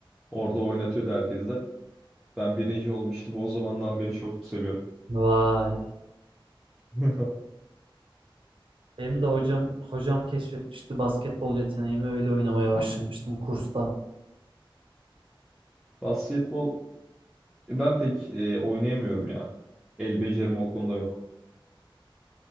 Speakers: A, in the centre; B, on the right (about 70°).
A: Orada oynatıyordu herkese. Ben birinci olmuştum. O zamandan beri çok seviyorum.
B: Vay.
A: <laughs>
B: Benim de hocam hocam keşfetmişti basketbol yeteneğimi öyle oynamaya başlamıştım kursta.
A: Basketbol e, ben pek e, oynayamıyorum ya. El becerim o konuda yok.